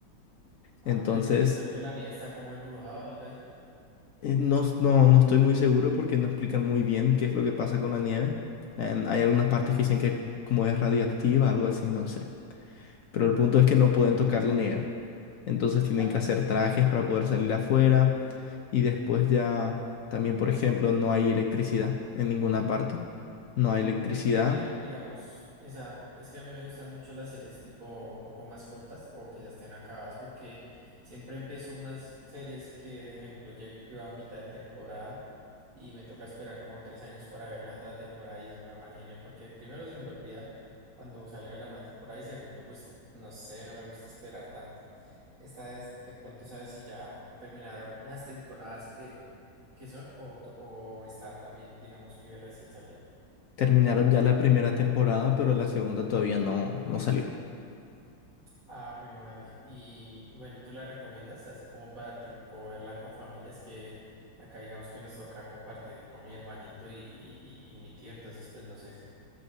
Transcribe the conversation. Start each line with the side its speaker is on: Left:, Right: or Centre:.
Right: Ah,
Left: Entonces,
Right: güey, madre, esa que la nieve está como embrujada o algo así.
Left: eh, no, s- no, no estoy muy seguro porque no explican muy bien qué es lo que pasa con la nieve. En- hay algunas partes que dicen que como es radiactiva, algo así, no sé. Pero el punto es que no pueden tocar la nieve. Entonces
Right: Vale,
Left: tienen que hacer trajes para poder salir afuera. Y después ya también, por ejemplo, no hay electricidad en ninguna parte. No hay electricidad.
Right: Y esa serie, digamos, esa, es que a mí me gustan mucho las series tipo un poco más cortas o que ya estén acabadas porque siempre empiezo unas series que, de ejemplo, llego que va a mitad de temporada y me toca esperar como tres años para ver la otra temporada y eso me da mal genio porque primero se me olvida cuando salga la nueva temporada y segundo, pues no sé, no me gusta esperar tanto. Esta vez de pronto sabes si ya terminaron las temporadas que, que son o, to- o está también, digamos que recién salía.
Left: Terminaron ya la primera temporada, pero la segunda todavía no, no salió.
Right: Ah, jue madre. Y, y bueno, ¿y tú la recomiendas así como para tiempo verla con familias que acá digamos que nos toca compartir con mi hermanito y, y- y- y mi tío, entonces pues no sé. <laughs> si-